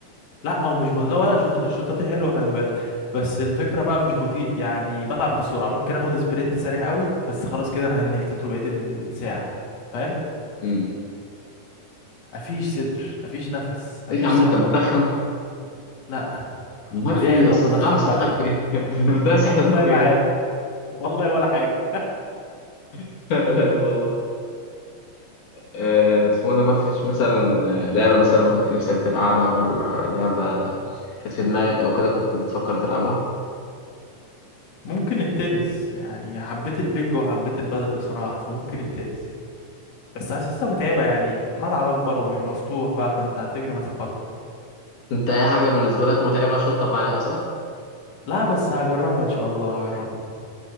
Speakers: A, on the left; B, on the left.
A: لا او مش بطيء لا، ولا شط- شطاتي حلوه خلي بالك بس الفكره بقى مش بطيء يعني بتعب بسرعه ممكن اخد سبرنت سريع قوي بس خلاص كده انا هنكت طول بقيه الساعه فاهم
B: امم.
A: مفيش صدر مفيش نفس مفيش
B: ايه <laughs> يا عم
A: صحه
B: انت بتدخن؟
A: لا
B: امال
A: تخيل
B: ايه يا
A: لو
B: اسطى؟
A: بدخن
B: بتضيع صحتك
A: بقى
B: في ايه؟ <laughs> بتضيع
A: <laughs>
B: صحتك
A: والله
B: في
A: ما
B: ايه؟
A: عارف والله ولا حاجه
B: <laughs> لا لا والله آه، اسمه ده مفيش مثلا آه، لعبة مثلا كنت نفسك تلعبها ولا لعبة كانت في دماغك أو كده كنت بتفكر تلعبها
A: ممكن التنس يعني حبيت البنج وحبيت البادل بصراحه فممكن التنس بس حاسسها متعبه يعني الملعب اكبر ومفتوح بقى فانت هتجري مسافه اكبر
B: أنت أي حاجة بالنسبة لك متعبة شطب عليها صح؟
A: لا بس هجربها ان شاء الله هجربها